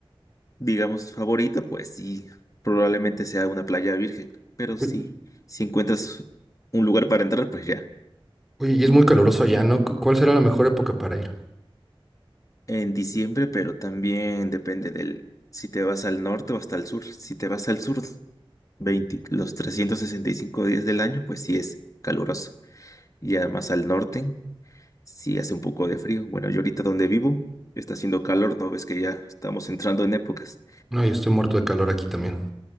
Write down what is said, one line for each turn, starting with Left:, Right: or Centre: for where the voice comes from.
Left: digamos, favorito, pues sí, probablemente sea una playa virgen, pero
Centre: <laughs>
Left: sí,
Centre: Uy,
Left: si encuentras un lugar para entrar, pues ya.
Centre: Oye, y es muy caluroso allá, ¿no? ¿Cu- ¿Cuál será la mejor época para ir?
Left: En diciembre, pero también depende del, si te vas al norte o hasta el sur. Si te vas al sur, 20 los 365 días del año, pues sí es caluroso. y además al norte sí hace un poco de frío. Bueno, yo ahorita donde vivo está haciendo calor, ¿no? Ves que ya estamos entrando en épocas.
Centre: No, yo estoy muerto de calor aquí también.